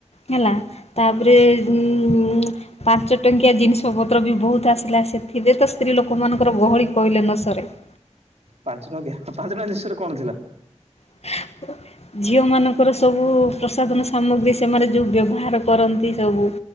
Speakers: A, on the left; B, on the right.
A: ହେଲା ତାପରେ ଉଁ ଉଁ ପାଞ୍ଚ ଟଙ୍କିଆ ଜିନିଷପତ୍ର ବି ବହୁତ ଆସିଥିଲା। ସେଥିରେ ତ ସ୍ତ୍ରୀ ଲୋକମାନଙ୍କର ଗହଳି କହିଲେ ନ ସରେ। <inaudible>
B: ପାଞ୍ଚ ଟଙ୍କିଆ। ପାଞ୍ଚ ଟଙ୍କିଆ ଜିନିଷରେ କଣ ଥିଲା?
A: <inaudible> ଝିଅମାନଙ୍କର ସବୁ ପ୍ରସାଧନ ସାମଗ୍ରୀ ସେମାନେ ଯେଉଁ ବ୍ୟବହାର କରନ୍ତି ସବୁ।